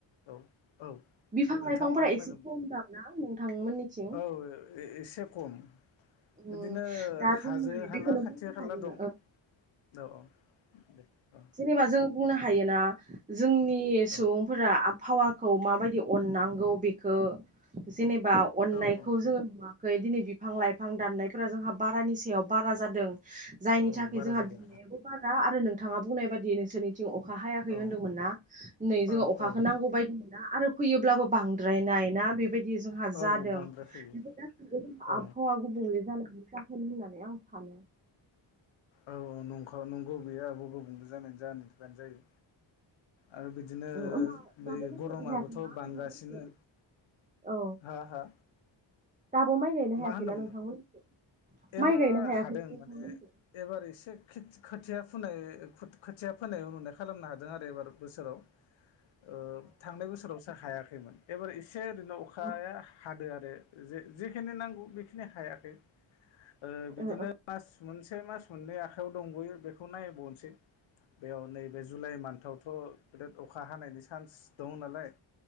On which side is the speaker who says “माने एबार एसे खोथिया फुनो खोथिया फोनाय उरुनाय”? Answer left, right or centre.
Left